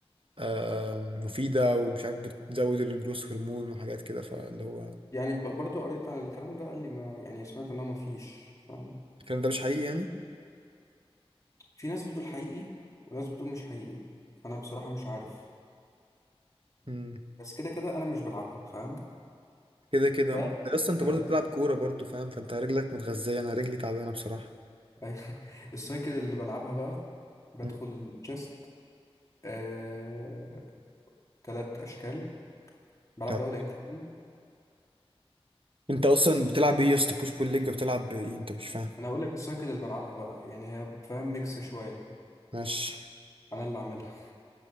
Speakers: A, on the right; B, on the left.
A: آه مفيده ومش عارف بتزود الجروس هرمون وحاجات كده فاللي هو
B: يعني ب... برضو قريت عن الكلام ده قال لي ما يعني سمعت ان هو ما فيش فاهم
A: الكلام ده مش حقيقي يعني
B: في ناس بتقول حقيقي وناس بتقول مش حقيقي انا بصراحه مش عارف
A: امم
B: بس كده كده انا مش بلعبها فاهم
A: كده كده
B: ف
A: ما انت اصلا انت
B: آه،
A: برضه بتلعب كوره برضه فاهم فانت رجلك متغذيه انا رجلي تعبانه بصراحه
B: أيوة. <laughs> السايكل اللي بلعبها بقى بدخل
A: مم.
B: تشيست آه... تلات أشكال بلعب
A: طب.
B: الأول انكلين
A: انت اصلا بتلعب ايه يا اسطى بوش بول ليج بتلعب ايه انت مش فاهم
B: أنا هقول لك السايكل اللي بلعبها بقى يعني هي فاهم ميكس شوية
A: ماشي
B: أنا اللي عاملها <laughs>